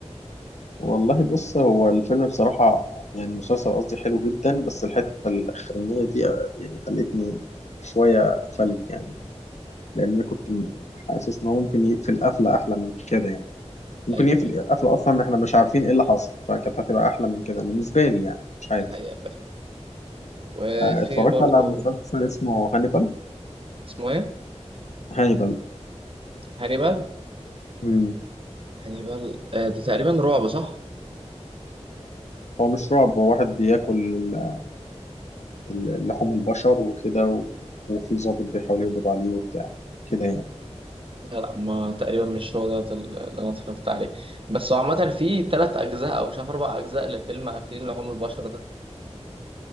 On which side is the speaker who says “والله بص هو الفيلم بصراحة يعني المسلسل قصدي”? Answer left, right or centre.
Left